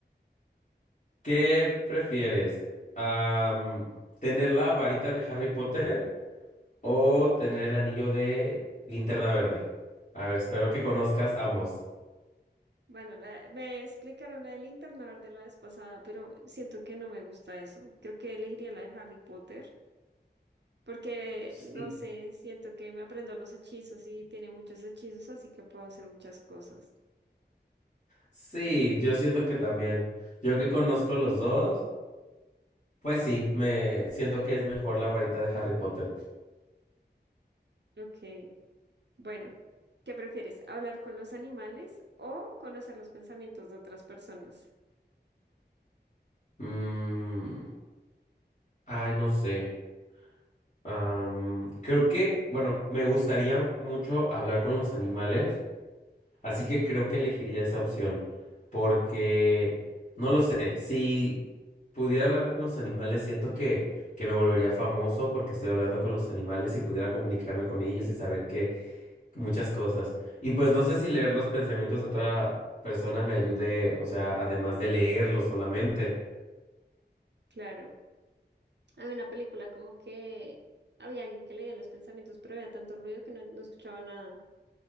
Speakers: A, on the left; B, on the right.
A: ¿qué prefieres? Am, ¿tener la varita de Harry Potter o tener el anillo de Linterna Verde? A ver, espero que conozcas ambos.
B: Bueno, la- me explicaron la del internar de la vez pasada, pero siento que no me gusta eso. Creo que elegiría la de Harry Potter, porque
A: Sí.
B: no sé, siento que me aprendo los hechizos y tiene muchos hechizos, así que puedo hacer muchas cosas.
A: Sí, yo siento que también. Yo que conozco los dos. Pues sí, me siento que es mejor la varita de Harry Potter.
B: Ok, bueno, ¿qué prefieres? ¿Hablar con los animales o conocer los pensamientos de otras personas?
A: Mm, ay, no sé. Am, creo que, bueno, me gustaría mucho hablar con los animales, así que creo que elegiría esa opción, porque, no lo sé, si pudiera hablar con los animales, siento que, que me volvería famoso porque estoy hablando con los animales y pudiera comunicarme con ellos y saber qué, muchas cosas. Y pues no sé si leer los pensamientos de otra persona me ayude, o sea, además de leerlos solamente.
B: Claro. Había una película como que había alguien que leía los pensamientos, pero había tanto ruido que no no escuchaba nada.